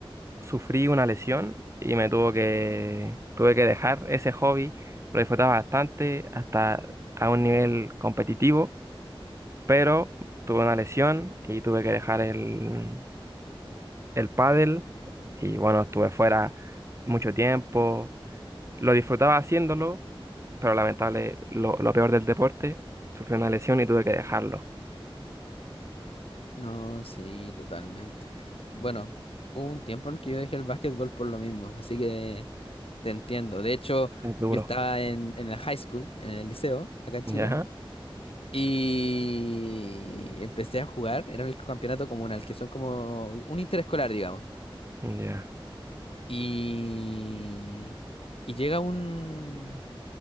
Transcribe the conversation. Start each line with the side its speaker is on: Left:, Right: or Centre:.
Right: sufrí una lesión y me tuvo que, tuve que dejar ese hobby. Lo disfrutaba bastante hasta a un nivel competitivo, pero tuve una lesión y tuve que dejar el, el pádel y bueno, estuve fuera mucho tiempo. Lo disfrutaba haciéndolo, pero lamentable, lo, lo peor del deporte, sufrí una lesión y tuve que dejarlo.
Left: No, sí, totalmente. Bueno, hubo un tiempo en que yo dejé el básquetbol por lo mismo, así que te entiendo. De hecho,
Right: Es duro.
Left: yo estaba en, en el high school, en el liceo, acá en Chile,
Right: Ya,
Left: y empecé a jugar. Era el campeonato comunal, que son como un interescolar, digamos.
Right: ya,
Left: Y, y llega un...